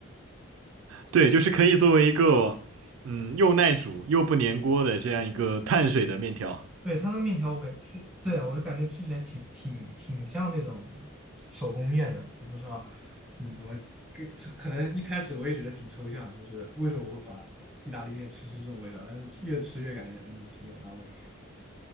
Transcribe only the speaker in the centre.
对，它那个面条我感是，对啊，我就感觉吃起来挺挺挺像那种手工面的，我不知道，嗯，我这这可能一开始我也觉得挺抽象，就是为什么我会把意大利面吃出这种味道，但是吃越吃越感觉嗯挺有那味。